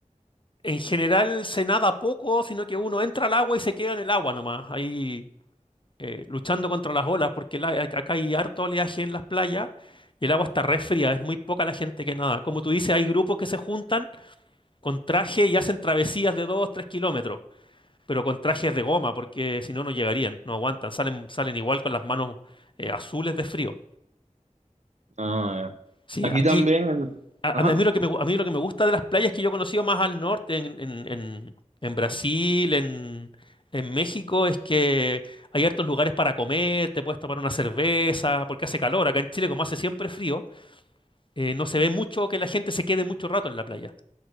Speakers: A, on the left (about 40°); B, on the right (about 60°).
A: En general se nada poco, sino que uno entra al agua y se queda en el agua nomás, ahí eh, luchando contra las olas, porque la- ac- acá hay harto oleaje en las playas y el agua está re fría, es muy poca la gente que nada. Como tú dices, hay grupos que se juntan con traje y hacen travesías de 2, 3 kilómetros, pero con trajes de goma, porque si no, no llegarían, no aguantan, salen, salen igual con las manos eh, azules de frío.
B: Ah, ya.
A: Sí,
B: Aquí
A: aquí,
B: también el...
A: A,
B: Ajá.
A: a mí a mí lo que me, gu- a mí lo que me gusta de las playas que yo he conocido más al norte, en, en- en- en Brasil, en, en México, es que hay hartos lugares para comer, te puedes tomar una cerveza, porque hace calor. Acá en Chile, como hace siempre frío, eh, no se ve mucho que la gente se quede mucho rato en la playa,